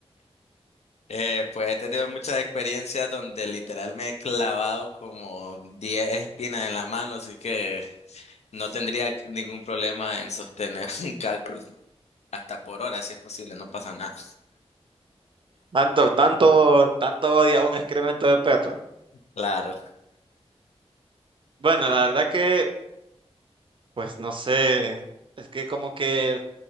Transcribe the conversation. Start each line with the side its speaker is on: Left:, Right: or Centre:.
Left: Eh, pues he tenido muchas experiencias donde literal me he clavado como 10 espinas en la mano, así que no tendría ningún problema en sostener <laughs> un cactus hasta por hora, si es posible, no pasa nada.
Right: Tanto, tanto, tanto odia un excremento de perro.
Left: Claro.
Right: Bueno, la verdad que, pues no sé, es que como que